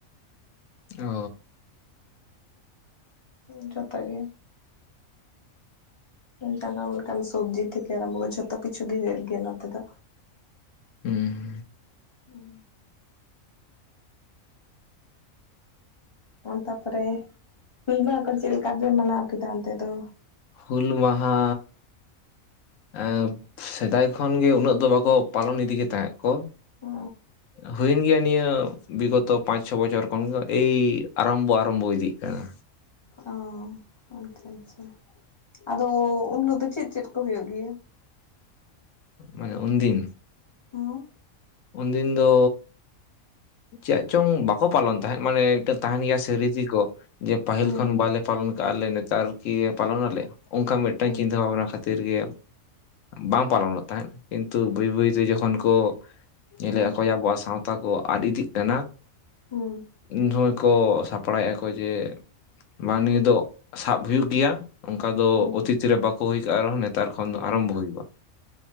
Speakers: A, on the left; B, on the left.
A: ᱚ
B: ᱡᱷᱚᱛᱚ ᱜᱮ ᱡᱟᱱᱟᱢ ᱞᱮᱠᱟᱱ ᱥᱚᱵᱽᱡᱤ ᱛᱷᱮᱠᱮ ᱟᱨᱟᱢᱵᱚ <unintelligible> ᱡᱷᱚᱛ ᱠᱷᱤᱪᱤ ᱜᱮᱭᱟ ᱱᱚᱛᱮ ᱫᱚ
A: ᱦᱮᱸ
B: ᱦᱮᱸ ᱛᱟᱨᱯᱚᱨᱮ ᱦᱩᱞ ᱢᱟᱦᱟ ᱠᱚ ᱪᱮᱫ ᱞᱮᱠᱟ ᱯᱮ ᱢᱟᱱᱟᱣ ᱠᱮᱫᱟ ᱚᱱᱛᱮ ᱫᱚ᱾
A: ᱦᱩᱞ ᱢᱟᱦᱟ ᱮᱸ ᱥᱮᱫᱟᱭ ᱠᱷᱚᱱ ᱜᱮ ᱩᱱᱟᱹᱜ ᱫᱚ ᱵᱟᱠᱚ ᱯᱟᱞᱚᱱ ᱤᱫᱤ ᱜᱮ ᱛᱟᱦᱮᱸᱫ ᱠᱚ,
B: ᱚ
A: ᱦᱩᱭᱮᱱ ᱜᱮᱭᱟ ᱱᱤᱭᱟᱹ ᱵᱤᱜᱚᱛᱚ ᱯᱟᱸᱪ ᱪᱷᱚ ᱵᱚᱪᱷᱚᱨ ᱠᱷᱚᱱᱜ ᱮᱭ ᱟᱨᱟᱢᱵᱚ ᱟᱨᱟᱢᱵᱚ ᱤᱫᱤᱜ ᱠᱟᱱᱟ᱾
B: ᱚ, ᱟᱪᱪᱷᱟ ᱟᱪᱪᱷᱟ, ᱟᱫᱚ ᱩᱱ ᱦᱤᱞᱳ ᱫᱚ ᱪᱮᱫ ᱪᱮᱫ ᱠᱚ ᱦᱩᱭᱩᱜ ᱜᱮᱭᱟ?
A: ᱢᱟᱱᱮ ᱩᱱᱫᱤᱱ
B: ᱦᱩᱸ
A: ᱩᱱ ᱫᱤᱱ ᱫᱚ ᱪᱮᱫ ᱪᱚᱝ ᱵᱟᱠᱚ ᱯᱟᱞᱚᱱ ᱛᱟᱦᱮᱸᱫ, ᱢᱟᱱᱮ ᱢᱤᱫᱴᱮᱱ ᱛᱟᱦᱮᱱ ᱜᱮᱭᱟ ᱥᱮ ᱨᱤᱛᱤ ᱠᱚ ᱡᱮ ᱯᱟᱹᱦᱤᱞ
B: ᱦᱩᱸ
A: ᱠᱷᱚᱱ ᱵᱟᱞᱮ ᱯᱟᱞᱚᱱ ᱠᱟᱜᱼᱟ ᱞᱮ, ᱱᱮᱛᱟᱨ ᱠᱤ ᱯᱟᱞᱚᱱ ᱟᱞᱮ ᱚᱱᱠᱟ ᱢᱤᱫᱴᱟᱝ
B: ᱦᱩᱸ
A: ᱪᱤᱱᱛᱟᱹ ᱵᱷᱟᱵᱱᱟ ᱠᱷᱟᱹᱛᱤᱨ ᱜᱮ ᱵᱟᱝ ᱯᱟᱞᱚᱱᱚᱜ ᱛᱟᱦᱮᱸᱫ ᱠᱤᱱᱛᱩ ᱵᱟᱹᱭ ᱵᱟᱹᱭ ᱛᱮ ᱡᱚᱠᱷᱚᱱ ᱠᱚ ᱧᱮᱞ
B: ᱦᱩᱸ
A: ᱮ ᱟᱠᱚ ᱟᱵᱚᱣᱟᱜ ᱥᱟᱶᱛᱟ ᱠᱚ ᱟᱫ ᱤᱫᱤᱜ ᱠᱟᱱᱟ
B: ᱦᱩᱸ
A: ᱩᱱ ᱡᱚᱦᱚᱡ ᱠᱚ ᱥᱟᱯᱲᱟᱣᱮᱫᱼᱟ ᱠᱚ ᱡᱮ ᱢᱟ
B: ᱦᱩᱸ
A: ᱱᱤᱭᱟᱹ ᱫᱚ ᱥᱟᱵ ᱦᱩᱭᱩᱜ ᱜᱮᱭᱟ᱾ ᱚᱱᱠᱟ ᱫᱚ
B: ᱦᱩᱸ
A: ᱚᱛᱤᱛ ᱨᱮ ᱵᱟᱠᱚ ᱦᱩᱭᱠᱟᱜ-ᱟ ᱨᱮᱦᱚᱸ ᱱᱮᱛᱟᱨ ᱠᱷᱚᱱ ᱫᱚ ᱟᱨᱟᱢᱵᱷᱚ
B: ᱦᱩᱸ
A: ᱦᱩᱭᱩᱜᱼᱟ᱾